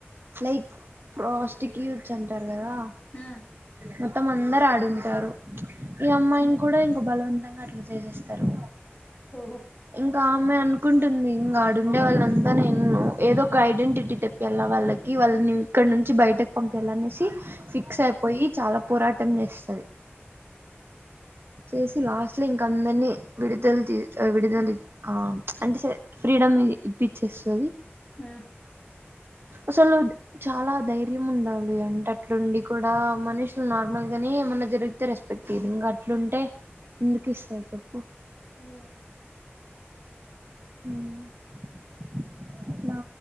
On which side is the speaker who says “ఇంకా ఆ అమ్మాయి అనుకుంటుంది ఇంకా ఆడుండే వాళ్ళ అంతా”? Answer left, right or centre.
Right